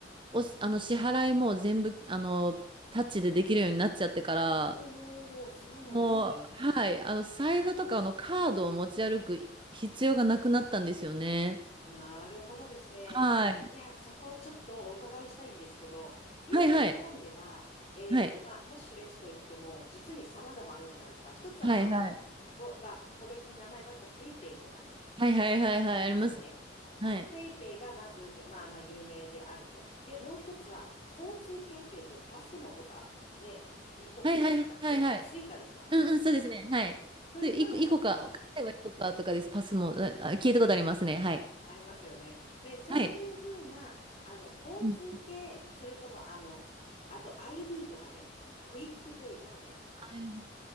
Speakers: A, on the right; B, on the left.
A: お、あの支払いも全部、あの、タッチでできるようになっちゃってから、
B: おー、そうなんですね。
A: もう、はい、あの、財布とかのカードを持ち歩く必要がなくなったんですよね。
B: なるほどですね。
A: はい。
B: いや、そこちょっとお伺いしたいんですけど、今日本では、
A: はいはい。
B: えっと、
A: はい。
B: まあ、キャッシュレスといっても、実に様々あるじゃないですか。一つは、
A: はいはい。
B: まあ、あの、こ、まあ、個別に名前出すと、ペイペイとかね、
A: はいはいはいはい。
B: ありますよね。
A: あります。
B: あの、
A: はい。
B: ペイペイがまず、まあまあ、有名であると。で、もう一つは、交通系って言って、パスモとか、ね、イコカでしたっけあ、
A: はいはいはいはい。
B: スイカでしたっけ
A: うんうん、そうですね。はい。
B: そういうふうなのが、
A: で、いこ、いこか、買えばいこかとかです。パスも、あ、あ聞いたことありますね。はい。
B: ありますよね。ね、そういうふうな、
A: はい。
B: あの、交通系、
A: うん。
B: それとも、あの、あと ID とかね、クイックペイとかね、
A: はい